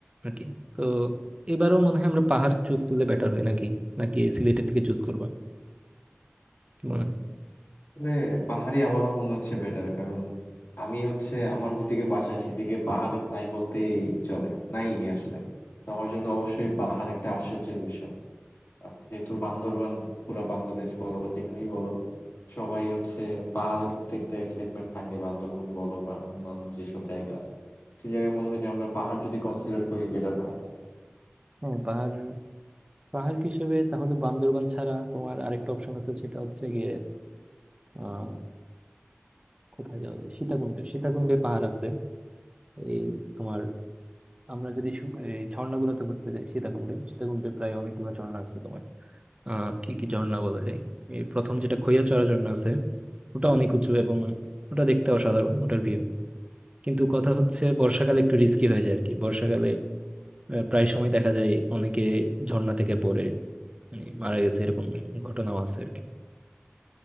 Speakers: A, on the right (about 25°); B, on the left (about 55°).
A: আর কি তো এবারও মনে হয় আমরা পাহাড় চুজ করলে বেটার হয় নাকি নাকি সিলেটের দিকে চুজ করবা কি মনে হয়
B: আসলে পাহাড়ি আমারও মনে হচ্ছে বেটার কারণ আমি হচ্ছে আমার যেদিকে বাসায় সেদিকে পাহাড় নাই বলতেই চলে নাই আসলে তো আমার জন্য অবশ্যই পাহাড় একটা আশ্চর্যের বিষয় আর যেহেতু বান্দরবান পুরা বাংলাদেশ বলো বা যেখানেই বলো সবাই হচ্ছে পাহাড়ের প্রতি একটা এক্সাইটমেন্ট থাকে বান্দরবান বলো বা অন্যান্য যেসব জায়গা আছে সেই জায়গায় মনে হয় যে আমরা পাহাড় যদি কনসিডার করি বেটার হয়
A: হ্যাঁ পাহাড় পাহাড় হিসেবে তাহলে বান্দরবান ছাড়া তোমার আরেকটা অপশন আছে সেটা হচ্ছে গিয়ে আহ কোথায় যাওয়া যায় সীতাকুণ্ডে সীতাকুণ্ডে পাহাড় আছে এই তোমার আমরা যদি সু- এই ঝর্ণাগুলোতে ঘুরতে যাই সীতাকুণ্ডে সীতাকুণ্ডে প্রায় অনেকগুলো ঝর্ণা আছে তোমার আহ কি কি ঝর্ণা বলা যায় এই প্রথম যেটা খৈয়াচড়া ঝর্ণা আছে ওটা অনেক উঁচু এবং ওটা দেখতে অসাধারণ ওটার ভিউ কিন্তু কথা হচ্ছে বর্ষাকালে একটু রিস্কি হয়ে যায় আর কি বর্ষাকালে আহ, প্রায় সময় দেখা যায় অনেকে ঝর্ণা থেকে পড়ে মানে মারা গেছে এরকম ঘটনাও আছে আর কি